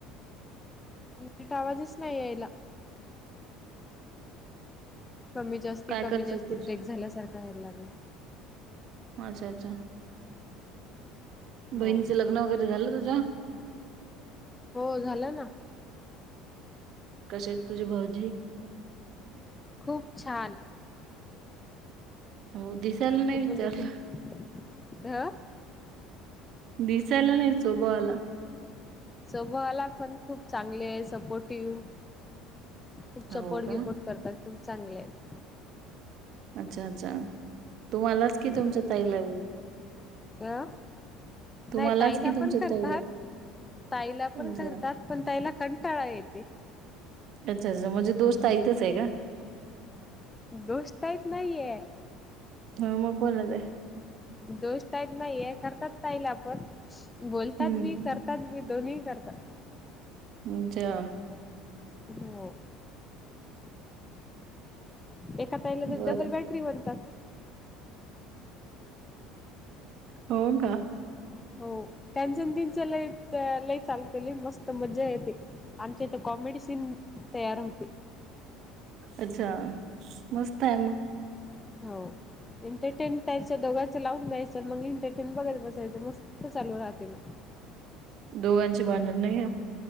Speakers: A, on the left (about 15°); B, on the right (about 55°).
A: नीट आवाजच नाही यायला. कमी जास्ती
B: काय
A: कमी
B: करते
A: जास्ती
B: तुझ
A: ब्रेक झाल्यासारखा व्हायला लागला.
B: माझा अच्छा. बहिणीचं
A: हो
B: लग्न वगैरे झालं तुझ्या?
A: हो झालं ना.
B: कसे आहेत तुझे भाऊजी?
A: खूप छान.
B: हो दिसायला नाही
A: खूप
B: विचारलं
A: म्हणजे खूप हा
B: दिसायला नाही स्वभावाला.
A: स्वभावाला पण खूप चांगली आहे सपोर्टिव्ह, खूप सपोर्ट
B: हो का
A: गिपोट करतात खूप चांगले आहेत.
B: अच्छा अच्छा तुम्हालाच कि तुमच्या
A: हो.
B: ताईलाबी?
A: अ.
B: तुम्हालाच
A: नाही ताईला
B: की तुमच्या
A: पण करतात
B: ताईला
A: ताईला पण
B: अच्छा
A: करतात. पण ताईला कंटाळा येते.
B: अच्छा अच्छा म्हणजे दोष ताईतच आहे का?
A: दोष ताईत नाहीये.
B: हा मग कोणाच आहे
A: दोष ताईत नाही ये करतात ताईला पण बोलतात
B: हम्म
A: बी करत तात बी दोन्ही करतात.
B: अच्छा
A: हो एका ताईला तर
B: बरं
A: डबल बॅटरी म्हणतात.
B: हो का.
A: हो.. त्यांचं नी तीनच लई लई चालते लई मस्त मजा येते, आमच्या इथे कॉमेडी सीन तयार होते.
B: अच्छा मस्त आहे मग
A: हो एंटरटेंट त्याच दोघांचं लावून द्यायचं मग एंटरटेंट बघत बसायचं, मस्त चालू राहते मग.
B: दोघांची भांडण नाही या